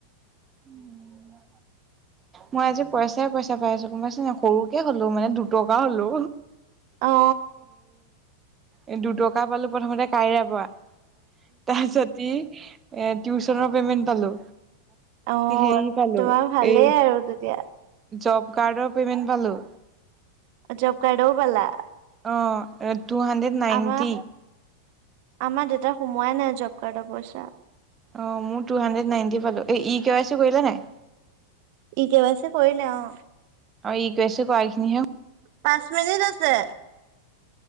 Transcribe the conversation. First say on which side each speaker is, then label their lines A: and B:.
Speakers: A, on the right; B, on the right.
A: উম মই আজি পইচাই পইচা পাই আছো গম পাইছ ন সৰুকে হলো মানে দুটকা হলও
B: অ
A: এ দুটকা পালো প্ৰথমতে কাইৰা পৰা। তাৰিছত এ টিউচনৰ পেমেন্ট পালো।
B: অ
A: সেই পালো
B: তোমাৰ ভালেই
A: এই
B: আৰু তেতিয়া।
A: জব কাৰ্ডৰ পেমেণ্ট পালো।
B: জব কাৰ্ডৰও পালা।
A: অ টু হানড্ৰেড নাইনটি।
B: আমাৰ আমাৰ দেউতা সোমোৱাই নাই জব কাৰ্ডৰ পইচা।
A: অ মোৰ টু হাণ্ড্ৰেড নাইণ্টি পালো ই কে ৱাই চি কৰিলে নাই
B: ই কেৱাইছি কৰিলে অ।
A: আৰু ই কৈছে কোৱাখিনি হে
B: পাঁচ মিনিট আছে।